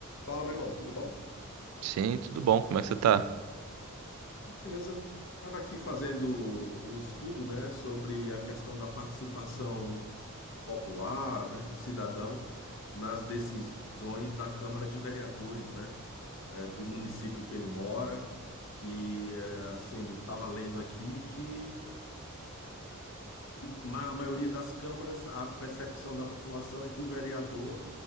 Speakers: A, on the left; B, on the right.
A: Fala, meu irmão, tudo bom?
B: Sim, tudo bom? Como é que você tá?
A: Beleza. Estava aqui fazendo um estudo, né, sobre a questão da participação popular, né, do cidadão nas decisões da Câmara de Vereadores, né, eh, do município que ele mora. E, eh, assim, estava lendo aqui que ma- a maioria das câmaras, a percepção da população é que o vereador,